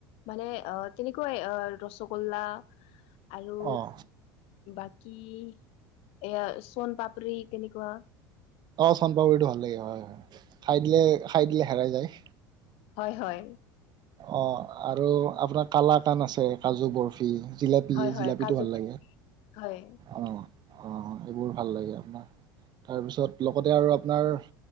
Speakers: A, on the left; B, on the right.
A: মানে অ', তেনেকুৱাই অ', ৰসগোল্লা। আৰু
B: অ'
A: বাকী এয়া চনপাপৰি। তেনেকুৱা।
B: অ', চানপাপৰিটো ভাল লাগে হয়, হয়, হয়, খাই দিলে, খাই দিলে হেৰাই যায়।
A: হয়, হয়।
B: অ', আৰু আপোনাৰ কালাকান আছে কাজু বৰ্ফি। জিলাপি,
A: হয় হয়
B: জিলাপিটো
A: কাজু
B: ভাল লাগে,
A: হয়
B: অ'। অ', এইবোৰ ভাল লাগে আপনাৰ তাৰপিছত লগতে আৰু আপনাৰ